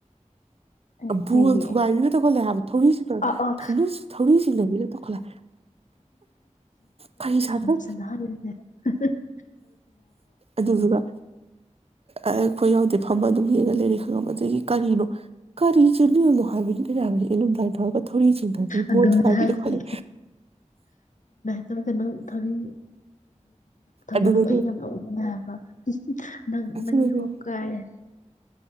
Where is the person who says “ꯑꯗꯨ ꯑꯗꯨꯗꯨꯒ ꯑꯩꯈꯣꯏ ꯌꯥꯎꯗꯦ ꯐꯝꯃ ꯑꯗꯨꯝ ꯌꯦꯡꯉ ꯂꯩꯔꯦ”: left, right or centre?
Right